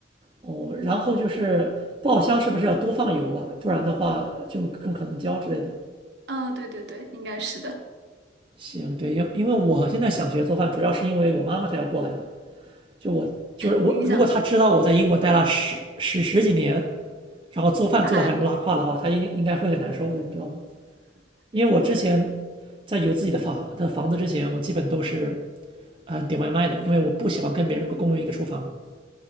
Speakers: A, on the right; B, on the right.
A: 哦，然后就是爆香是不是要多放油啊？不然的话就更可能焦之类的。
B: 嗯、对对对，应该是的。
A: 行，对，因因为我现在想学做饭，主要是因为我妈妈她要过来了，就我就是我，
B: 你想，
A: 如果她知道我在英国待了十十十几年，然后做饭做的很拉胯的话，
B: 哎，
A: 她应该应该会很难受的，你知道吗？因为我之前在有自己的房的房子之前，我基本都是嗯、呃点外卖的，因为我不喜欢跟别人共用一个厨房。<laughs>